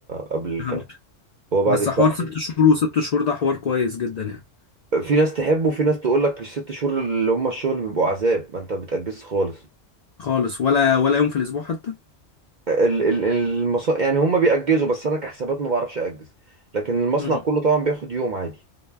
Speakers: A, on the right; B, on the left.
A: قبل الكارت
B: فهمت
A: هو بعد
B: بس
A: الكارت
B: حوار ست شهور وست شهور ده حوار كويس جدا يعني
A: في ناس تحبه وفي ناس تقول لك الست شهور اللي هم الشغل بيبقوا عذاب ما انت بتأجز خالص
B: خالص ولا ولا يوم في الأسبوع حتى
A: ال- ال- المصا يعني هم بيأجزوا بس انا كحسابات ما بعرفش أجز لكن المصنع
B: امم
A: كله طبعا بياخد يوم عادي